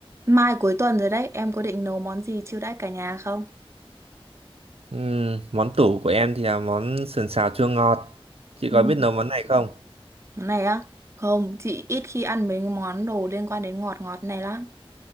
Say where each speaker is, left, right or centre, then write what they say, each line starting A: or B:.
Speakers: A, on the right; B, on the right.
A: Mai cuối tuần rồi đấy, em có định nấu món gì chiêu đãi cả nhà không?
B: Ừm, món tủ của em thì là món sườn xào chua ngọt. Chị
A: Ừ.
B: có biết nấu món này không?
A: Món này á? Không, chị ít khi ăn mấy món đồ liên quan đến ngọt ngọt này lắm.